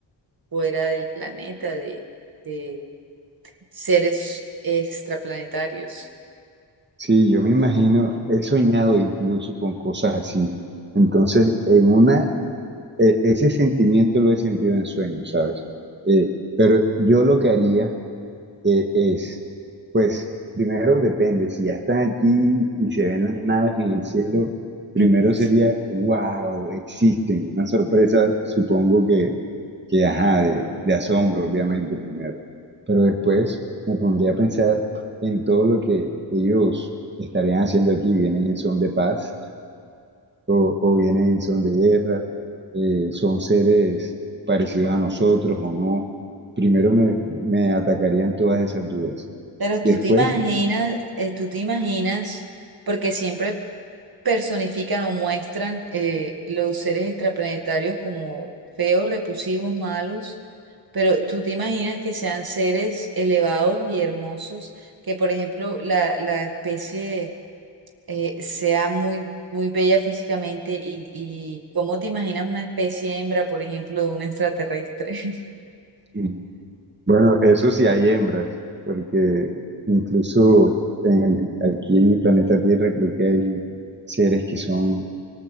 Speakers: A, on the right (about 50°); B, on the right (about 25°).
A: fuera del planeta, de, de seres extraplanetarios.
B: Sí, yo me imagino, he soñado incluso con cosas así. Entonces, en una, e- ese sentimiento lo he sentido en sueños, ¿sabes? Eh, pero yo lo que haría eh, es, pues, primero depende, si ya están aquí y se ven las naves en el cielo, primero
A: <laughs>
B: sería, wow, existen, una sorpresa, supongo que, que ajá, de, de asombro, obviamente, primero. Pero después me pondría a pensar en todo lo que ellos estarían haciendo aquí, vienen en son de paz o, o vienen en son de guerra, eh, son seres parecidos a nosotros o no. Primero me, me atacarían todas esas dudas.
A: Pero
B: Después,
A: tú te imaginas, eh, tú te imaginas, porque siempre personifican o muestran eh, los seres extraplanetarios como feos, repulsivos, malos, pero tú te imaginas que sean seres elevados y hermosos, que por ejemplo la, la especie eh, sea muy, muy bella físicamente y, y cómo te imaginas una especie hembra, por ejemplo, de un extraterrestre. <laughs>
B: mm, bueno, eso sí hay hembras, porque incluso en el- aquí en el planeta Tierra creo que hay seres que son